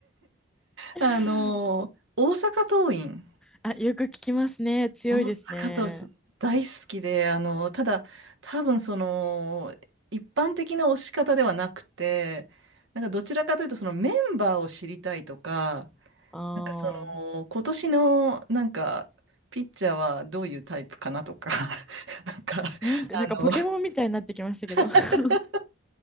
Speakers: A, in the centre; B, on the right.
A: <laughs>
B: あの、大阪桐蔭。
A: あ、よく聞きますね。強いですね。
B: 大阪阪桐蔭大好きで、あの、ただ、多分その、一般的な推し方ではなくて、なんかどちらかというと、そのメンバーを知りたいとか、
A: ああ。
B: なんかその、今年の、なんか、ピッチャーはどういうタイプかなとか、<laughs> なんか、
A: なんて、
B: あの、
A: なんかポケモンみたいになってきましたけど。
B: <laughs>
A: <laughs>